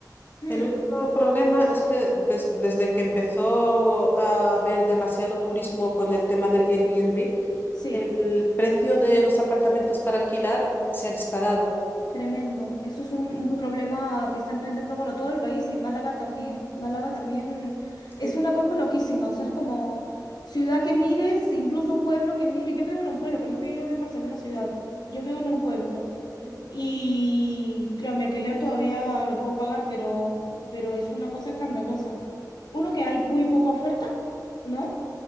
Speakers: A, on the left; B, on the left.
A: Hmm,
B: El único problema es que des- desde que empezó a haber demasiado turismo con el tema del Airbnb,
A: sí.
B: el precio de los apartamentos para alquilar se ha disparado.
A: Tremendo. Eso es un, un problema que está enfrentando, bueno, todo el país y Málaga también. Málaga también es
B: Sí.
A: una cosa loquísima, o sea, es como ciudad que mires, incluso pueblo que mires. Yo vivo en un pueblo, por ejemplo, yo no vivo en Barcelona ciudad, yo vivo en un pueblo.
B: Ujú.
A: Y claro, mi alquiler todavía lo puedo pagar, pero, pero es una cosa escandalosa. Uno, que hay muy poca oferta, ¿no?